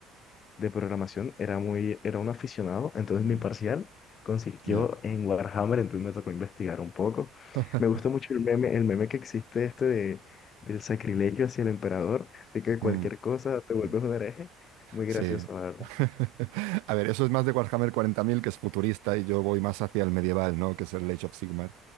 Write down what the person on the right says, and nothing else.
mm,
ya.
<laughs>
Mm,
mm.
Sí.
<laughs> A ver, eso es más de Warhammer 40.000, que es futurista, y yo voy más hacia el medieval, ¿no? Que es el Age of Sigmar.